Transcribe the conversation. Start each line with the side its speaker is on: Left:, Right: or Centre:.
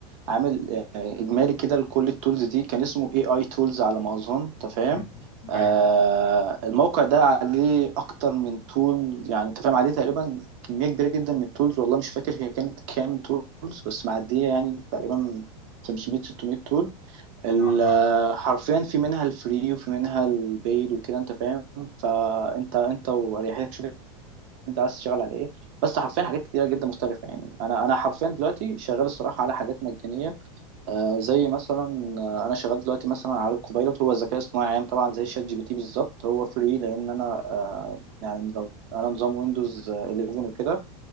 Right: عامل آه، اجمالي كده لكل التولز دي كان اسمه اي اي تولز على ما اظن انت فاهم
Left: مم.
Right: آه،
Left: ايوه
Right: الموقع ده عليه اكتر من تول يعني انت فاهم عليه تقريبا كميه كبيره جدا من التولز والله مش فاكر هي كانت كام تولز بس معديه يعني تقريبا 500 600 تول ال-
Left: اه آه.
Right: حرفيا في منها الفري وفي منها البيد وكده انت فاهم فانت انت واريحيتك شوف انت عايز تشتغل على ايه بس حرفيا حاجات كتيره جدا مختلفه يعني انا انا حرفيا دلوقتي شغال الصراحه على حاجات مجانيه آه زي مثلا آه انا شغال دلوقتي مثلا على الكوبايلوت هو ذكاء اصطناعي عام طبعا زي شات جي بي تي بالظبط هو فري لان انا آه يعني لو- انا نظام ويندوز 11 وكده